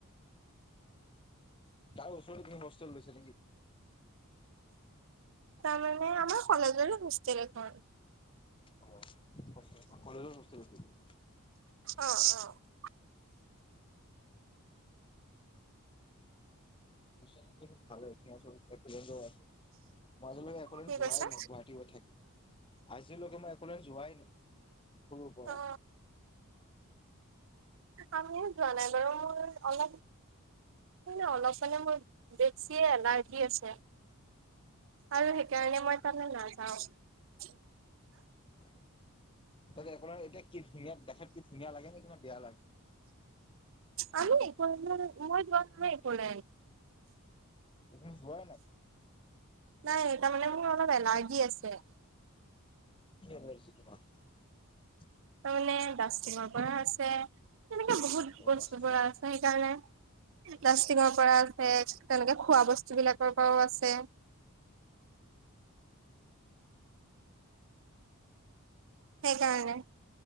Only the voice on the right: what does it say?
তাৰমানে আমাৰ কলজৰে হোষ্টেল এখন।
অ অ
কি কৈছা
অ আমিও <unintelligible> অলপ ন, অলপ মানে মোৰ, বেছিয়ে এলাৰ্জি আছে, আৰু সেইকাৰণে মই তালে নাযাওঁ। <unintelligible>
আমি <inaudible> মই যোৱা নাই কলেজ,
নাই তাৰমানানে মোৰ অলপ এলাৰ্জি আছে।
তাৰ মানে ডাষ্টিঙৰ পৰা আছে মানে বহুত
বস্তুৰ
পৰা আছে, সেইকাৰণে। প্লাষ্টিঙৰ পৰা আছে, তেনেকে খোৱা বস্তু বিলাকৰ পৰাও আছে। সেইকাৰণে।